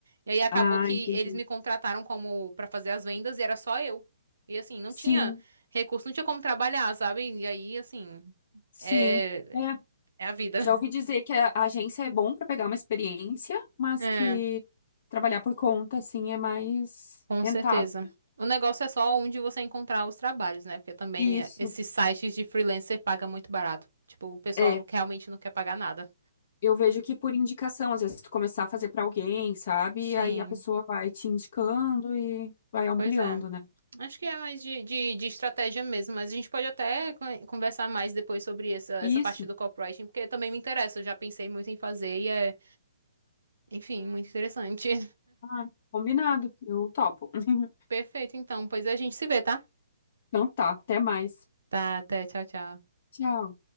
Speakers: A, on the right (about 70°); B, on the left (about 45°).
A: E aí acabou
B: Ah,
A: que
B: entendi.
A: eles me contrataram como pra fazer as vendas e era só eu. E assim, não
B: Sim,
A: tinha recurso, não tinha como trabalhar, sabe? E aí, assim,
B: sim.
A: é,
B: É.
A: é a vida.
B: Já ouvi dizer
A: <laughs>
B: que a a agência é bom pra pegar uma experiência, mas
A: É.
B: que trabalhar por conta, assim, é mais
A: Com
B: rentável.
A: certeza. O negócio é só onde você encontrar os trabalhos, né? Porque também
B: Isso.
A: é, esses sites de freelancer pagam muito barato. Tipo, o pessoal
B: É,
A: não- realmente não quer pagar nada.
B: Eu vejo que por indicação, às vezes tu começar a fazer pra alguém, sabe?
A: Sim,
B: E aí a pessoa vai te indicando e vai ampliando,
A: pois é.
B: né?
A: Acho que é mais de, de, de estratégia mesmo, mas a gente pode até con- conversar mais depois sobre essa, essa
B: Isso.
A: parte do copywriting, porque também me interessa. Eu já pensei muito em fazer e é, enfim, muito interessante. <laughs>
B: Ah, combinado. Eu topo. <laughs>
A: Perfeito, então. Pois a gente se vê, tá?
B: Então tá, até mais.
A: Tá, até. Tchau, tchau.
B: Tchau.